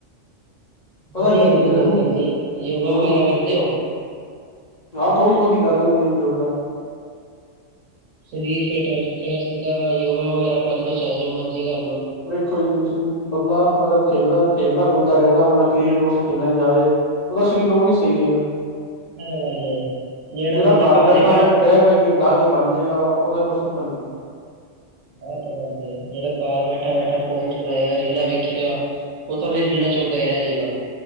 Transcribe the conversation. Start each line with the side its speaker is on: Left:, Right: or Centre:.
Left: ਪਤਾ
Right: ਵਧੀਆ
Left: ਕੀ
Right: ਗੱਲ
Left: ਜੀ
Right: ਏ
Left: ਗਰਮੀ
Right: ਜਿੱਮ ਕਰਨੀ। ਯੋਗਾ
Left: ਹੂੰ
Right: ਵਗੈਰਾ ਕਰਤੇ ਓ?
Left: ਹਾਂ, ਥੋੜੀ ਬੋਤੀ ਕਰ ਲੈਂਨੇ ਆ ਯੋਗਾ।
Right: ਸਰੀਰ ਫਿਟ ਰਸਤੇ ਵਾਸਤੇ ਤਾਂ ਯੋਗਾ ਵਗੈਰਾ ਕਰ ਲੋ ਚਾਏ ਜੋ ਮਰਜੀ ਕਰ ਲੋ।
Left: ਦੇਖੋ ਜੀ ਤੁਸੀ ਬੰਦਾ ਅਗਰ ਖੇਲਨਾ, ਖੇਲਦਾ ਕੁੱਦਦਾ ਰੇ ਨਾ ਆਪਣਾ ਕ੍ਰਿਕ ਕਰੁਕਟ ਖੇਲਨ ਜਾਵੇ ਓਦਾ ਸ਼ਰੀਰ ਨੌਵੇਂ ਈ ਸਈ ਰਏਗਾ।
Right: ਐ ਤਾਂ ਗੱਲ ਏ ਜਿਹੜਾ
Left: ਜੇੜਾ
Right: ਬੰਦਾ
Left: ਘਰ ਬੈਠਾ
Right: ਹੀ ਬੈਠ
Left: ਫੇੜ ਬੈ-ਬੈ ਕੇ <unintelligible> ਬਨ ਜੇਗਾ, ਓਦਾ ਕੁਛ ਨੀ ਬਨਨਾ।
Right: ਐ ਤੇ ਗੱਲ ਏ। ਜੇੜਾ ਘਰ ਬੈਠਾ-ਬੈਠਾ ਫੋਨ ਚਲਾਏਗਾ, ਰੀਲਾਂ ਵੇਖੇਗਾ ਉਹ ਤਾਂ
Left: ਉਹੀ
Right: ਫਿਰ ਰੀਲਾ
Left: ਤੇ
Right: ਜੋਗਾ ਹੀ ਰਹਿ ਜਾਏਗਾ।